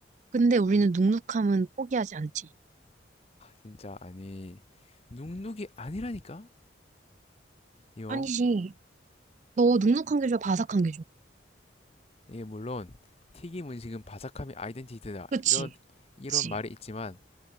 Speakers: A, on the right; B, on the left.
A: 근데 우리는 눅눅함은 포기하지 않지.
B: 진짜 아니 눅눅이 아니라니까? 이거
A: 아니지. 너 눅눅한 게 좋아, 바삭한 게 좋아.
B: 물론 튀김 음식은 바삭함이 아이덴티티다
A: 그치?
B: 이런 이런
A: 그치?
B: 말이 있지만